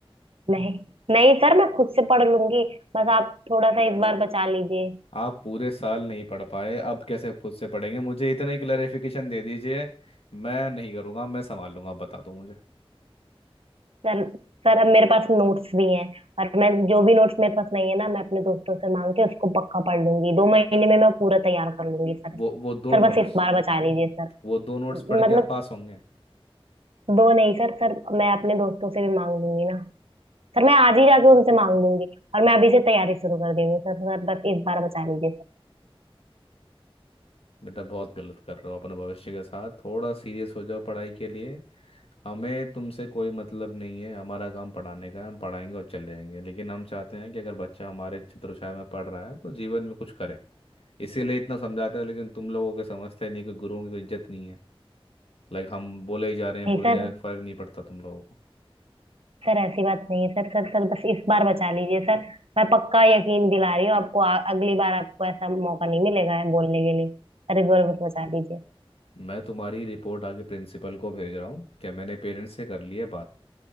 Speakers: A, on the right; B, on the left.
A: नहीं नहीं सर मैं खुद से पढ़ लूंगी बस आप थोड़ा सा इस बार बचा लीजिए
B: आप पूरे साल नहीं पढ़ पाए अब कैसे खुद से पढ़ेंगे मुझे इतना ही क्लैरिफिकेशन दे दीजिए मैं नहीं करूँगा मैं संभाल लूंगा आप बता दो मुझे
A: सर सर अब मेरे पास नोट्स भी हैं और मैं जो भी नोट्स मेरे पास नहीं है ना मैं अपने दोस्तों से मांग के उसको पक्का पढ़ लूंगी दो महीने में मैं पूरा तैयार कर लूंगी सर
B: वो वो दो
A: सर
B: नोट्स
A: बस इस बार बचा लीजिए सर
B: वो दो नोट्स पढ़
A: मतलब
B: के आप पास होंगे
A: दो नहीं सर सर मैं अपने दोस्तों से भी मांग लूंगी ना सर मैं आज ही जाके उनसे मांग लूंगी और मैं अभी से तैयारी शुरू कर दे रही हूँ सर सर बस इस बार बचा लीजिए सर
B: बेटा बहुत गलत कर रहे हो अपने भविष्य के साथ थोड़ा सीरियस हो जाओ पढ़ाई के लिए हमें तुमसे कोई मतलब नहीं है हमारा काम पढ़ाने का है हम पढ़ाएंगे और चले जाएंगे लेकिन हम चाहते हैं कि अगर बच्चा हमारे छत्रछाया में पढ़ रहा है तो जीवन में कुछ करे इसीलिए इतना समझाते हैं लेकिन तुम लोगों के समझते नहीं कोई गुरुओं की कोई इज्जत नहीं है लाइक हम बोले ही जा रहे हैं
A: नहीं
B: बोले
A: सर
B: जा रहे हैं फर्क नहीं पड़ता तुम लोगों को
A: सर ऐसी बात नहीं है सर सर सर बस इस बार बचा लीजिए सर मैं पक्का यकीन दिला रही हूँ आपको आ, अगली बार आपको ऐसा मौका नहीं मिलेगा है बोलने के लिए सर इस बार बस बचा लीजिए
B: मैं तुम्हारी रिपोर्ट आगे प्रिंसिपल को भेज रहा हूँ कि मैंने पेरेंट्स से कर ली है बात